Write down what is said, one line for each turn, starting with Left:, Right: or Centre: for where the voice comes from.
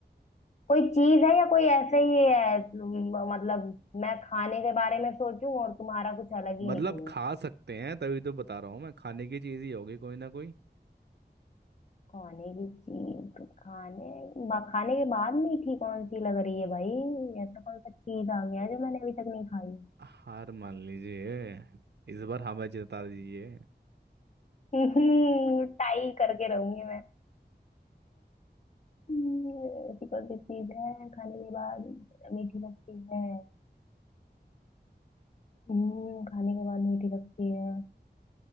Left: कोई चीज है या कोई ऐसे ही है म- मतलब मैं खाने के बारे में सोचूं और तुम्हारा कुछ अलग ही
Right: मतलब
Left: निकले
Right: खा सकते हैं तभी तो बता रहा हूँ मैं खाने की चीज ही होगी कोई ना कोई
Left: खाने की चीज खाने बा- खाने के बाद मीठी कौन सी लग रही है भाई ऐसा कौन सा चीज आ गया जो मैंने अभी तक नहीं खाई
Right: हार मान लीजिए इस बार हमें जिता दीजिए
Left: <laughs> टाई करके रहूंगी मैं हम्म, ऐसी कौन सी चीज है खाने के बाद मीठी लगती है हम्म, खाने के बाद मीठी लगती है